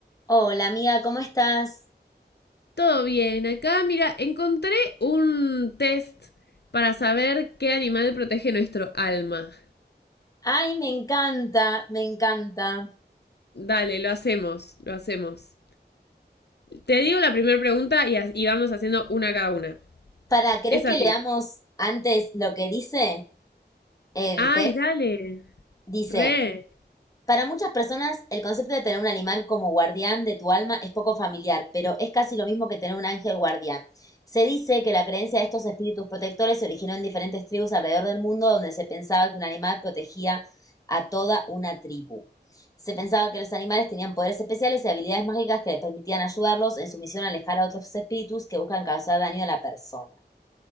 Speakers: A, on the left (about 20°); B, on the left (about 70°).
A: Hola amiga, ¿cómo estás?
B: Todo bien, acá mira, encontré un test para saber qué animal protege nuestro alma.
A: Ay, me encanta, me encanta.
B: Dale, lo hacemos, lo hacemos. Te digo la primera pregunta y, y vamos haciendo una cada una.
A: Para, ¿querés
B: Es
A: que
B: así.
A: leamos antes lo que dice el
B: Ay,
A: test?
B: dale.
A: Dice,
B: Re.
A: Para muchas personas, el concepto de tener un animal como guardián de tu alma es poco familiar, pero es casi lo mismo que tener un ángel guardián. Se dice que la creencia de estos espíritus protectores se originó en diferentes tribus alrededor del mundo donde se pensaba que un animal protegía a toda una tribu. Se pensaba que los animales tenían poderes especiales y habilidades mágicas que les permitían ayudarlos en su misión a alejar a otros espíritus que buscan causar daño a la persona.